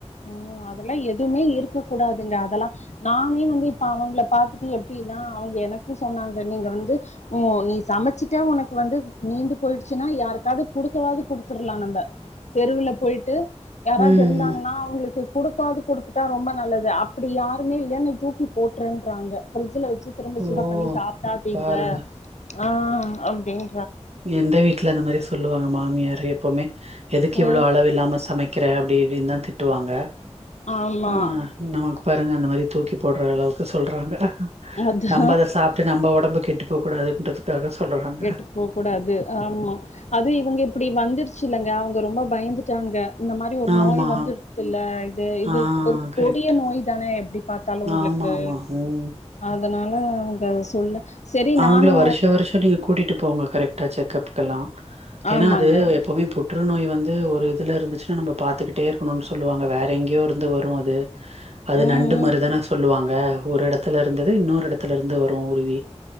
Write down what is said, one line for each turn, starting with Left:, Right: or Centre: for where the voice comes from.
Left: ம் அதெல்லா எதுவுமே இருக்க கூடாதுங்க அதெல்லா நானே வந்து இப்ப அவங்கள பாத்துட்டு எப் டின்னா அவங்க எனக்கு சொன்னாங்க நீங்க வந்து உ நீ சமச்சிட்டா உனக் வந்து மீந்து போயிருச்சுன்னா யாருக்காவது குடுக்கவாது குடுத்தர்லா நம்ப தெருவுல போய்ட்டு யாராவது
Right: ம்
Left: இருந்தாங்ன்னா அவுங்களுக்கு குடுத்தாவது குடுத்துட்டா ரொம்ப நல்லது அப்படி யாருமே இல்லன்னு தூக்கி போட்டுருன்றாங்க ஃபிரிஜ்ல வச் சு திரும்ப
Right: ஓ
Left: சூட பண்ணி சாப்டாதீங்க
Right: பாருங்க
Left: ஆ அப்டிங்
Right: எந்த வீட்ல அந்த மாரி சொல்லுவாங்க மாமியார் எப்போமே எதுக்கு
Left: ஆ
Right: இவ்ளோ அளவில்லாம சா சமைக்கிற அப்டி இப்பிடின் தா திட்டுவாங்க
Left: ஆமா
Right: ஆ நமக் பாருங்க அந்த மாரி தூக்கி போடுற அளவுக்கு சொல்றாங்க
Left: அதா
Right: நம்ம அத சாப்ட்டு நம்ம ஒடம்பு கெட்டு போவ் கூடாதுன்றதுக்காக சொல்றாங்க
Left: கெட்டு போவ் கூடாது ஆம்மா அது இவங்க இப்டி வந்துருச்சில்லங்க அவுங்க ரொம்ப பயந்துட்டாங்க. இந்த மாரி ஒரு
Right: ஆமா
Left: நோய் வந்துட்த்துல இது இது
Right: ஆ
Left: ஒரு
Right: கரெக்ட்
Left: கொடிய நோய் தான எப்டி பாத்தாலு உங்ளுக்கு
Right: ஆமா ஆமா ம்
Left: அந் அதனால அவுங்க அத சொல்ல சரி
Right: அவுங்கள
Left: நானு
Right: வருஷ வருஷோ நீங்க கூட்டிட் ட்டு போங்க கரெட்டா செக்கப்க் கெல்லா ஏனா
Left: ஆமாங்க
Right: அது எப்பவுமே புட் ற்றுநோய் வந்து ஒரு இதுல இருந்துச்சுனா நம்ம பாத்துக்கிட்டே இருக்குணுனு சொல்லுவாங்க வேற எங்கேயோருந்து வரு அது அது
Left: ம்
Right: நண்டு
Left: ம்
Right: மருதன சொல்லுவாங்க ஒரு எடத்துலருந்தது இன்னொரு எடத்துலருந்து வரு உறுவி